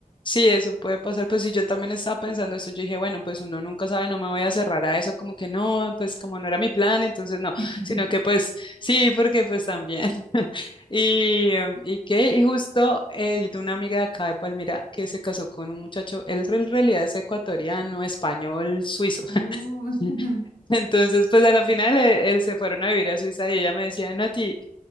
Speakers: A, on the left; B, on the left.
A: Sí, eso puede pasar. Pues sí, yo también estaba pensando eso. Yo dije, bueno, pues uno nunca sabe, no me voy a cerrar a eso, como que no, pues como no era mi plan, entonces no,
B: <laughs>
A: sino que pues sí, porque pues también. <laughs> Y, em, ¿y qué? Y justo eh, yo tengo una amiga de acá de Palmira que se casó con un muchacho, él en realidad es ecuatoriano, español, suizo.
B: Oh,
A: <laughs>
B: <laughs>
A: Entonces, pues a la final eh, eh, se fueron a vivir a Suiza y ella me decía, Nati.